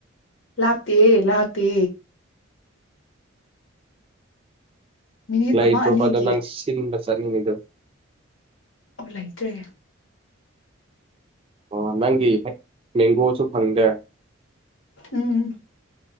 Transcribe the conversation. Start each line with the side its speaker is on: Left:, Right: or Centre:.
Left: ꯂꯥꯞꯇꯦ ꯂꯥꯞꯇꯦ ꯃꯤꯅꯤꯠ
Right: ꯂꯩꯇ꯭ꯔꯣꯄꯗ
Left: ꯑꯃ ꯑꯅꯤꯒꯤ
Right: ꯅꯪ ꯁꯤꯟꯕ ꯆꯠꯅꯤꯡꯉꯤꯗꯣ
Left: ꯑꯣ ꯂꯩꯇ꯭ꯔꯦ
Right: ꯑꯣ ꯅꯪꯒꯤ ꯃꯦꯡꯒꯣꯁꯨ ꯐꯪꯗ꯭ꯔꯦ
Left: ꯎꯝ